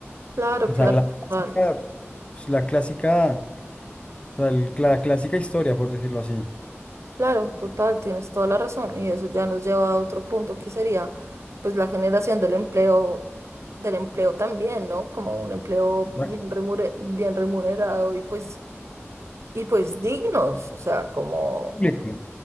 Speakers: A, on the right; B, on the left.
A: Claro, claro,
B: o sea, la
A: total.
B: clásica, pues, la clásica, o sea, el- la clásica historia, por decirlo así.
A: Claro, total, tienes toda la razón. Y eso ya nos lleva a otro punto que sería, pues, la generación del empleo, del empleo también, ¿no? Como un empleo bien
B: ¿verdad?
A: remure- bien remunerado y pues, y pues dignos, o sea, como,
B: Público,